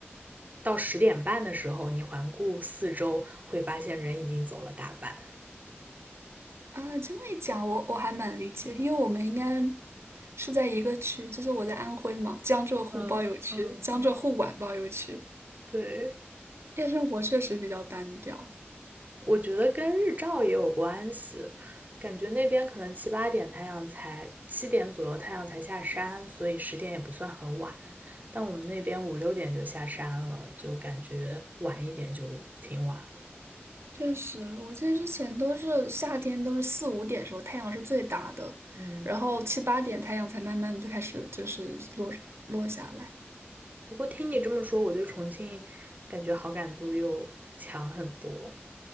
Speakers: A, on the right; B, on the right.
A: 到十点半的时候，你环顾四周，会发现人已经走了大半。
B: 啊，这么一讲我我还蛮理解，因为我们应该是在一个区，就是我在安徽嘛，江浙沪包邮区，
A: 嗯嗯。
B: 江浙沪皖包邮区，
A: 对，
B: 夜生活确实比较单调。
A: 我觉得跟日照也有关系，感觉那边可能七八点太阳才，七点左右太阳才下山，所以十点也不算很晚。但我们那边五六点就下山了，就感觉晚一点就挺晚了。
B: 确实，我记得之前都是夏天，都是四五点时候太阳是最大的，
A: 嗯。
B: 然后七八点太阳才慢慢的开始就是落落下来。
A: 不过听你这么说，我对重庆感觉好感度又强很多。